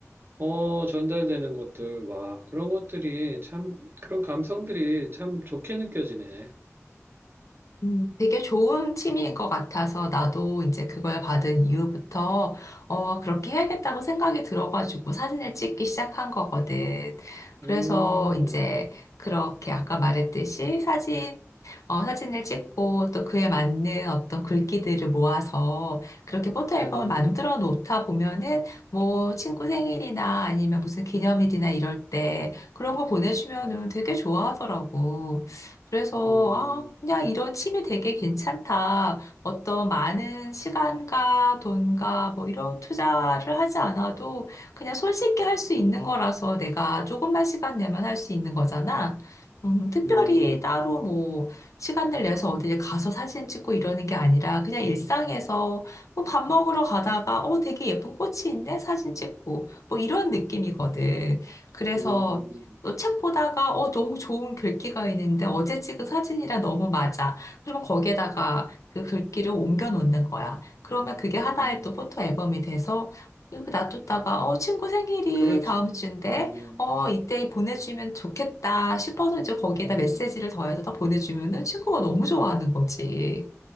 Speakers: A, on the right; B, on the left.
A: 어, 전달되는 것들, 와, 그런 것들이 참, 그런 감성들이 참 좋게 느껴지네.
B: 음, 되게 좋은 취미인 것 같아서 나도 이제 그걸 받은 이후부터 어, 그렇게 해야겠다고 생각이 들어가지고 사진을 찍기 시작한 거거든. 그래서
A: 음,
B: 이제 그렇게 아까 말했듯이 사진, 어, 사진을 찍고 또 그에 맞는 어떤 글귀들을 모아서 그렇게 포토 앨범을
A: 음,
B: 만들어 놓다 보면은 뭐 친구 생일이나 아니면 무슨 기념일이나 이럴 때 그런 거 보내주면은 되게 좋아하더라고. 그래서,
A: 음,
B: 아, 그냥 이런 취미 되게 괜찮다. 어떤 많은 시간과 돈과 뭐 이런 투자를 하지 않아도 그냥 손쉽게 할 수 있는 거라서 내가 조금만 시간 내면 할 수 있는 거잖아. 음, 특별히
A: 음,
B: 따로 뭐 시간을 내서 어딜 가서 사진 찍고 이러는 게 아니라 그냥 일상에서 뭐 밥 먹으러 가다가 어, 되게 예쁜 꽃이 있네? 사진 찍고 뭐 이런 느낌이거든. 그래서
A: 음,
B: 또 책 보다가 어 너무 좋은 글귀가 있는데 어제 찍은 사진이랑 너무 맞아. 그러면 거기에다가 그 글귀를 옮겨 놓는 거야. 그러면 그게 하나의
A: 음.
B: 또 포토 앨범이 돼서 여기 놔뒀다가 어 친구 생일이
A: 그렇지.
B: 다음 주인데
A: 음,
B: 어 이때 보내주면 좋겠다 싶어서 이제 거기에다
A: 음.
B: 메시지를 더해서 다 보내주면은 친구가 너무 좋아하는 거지.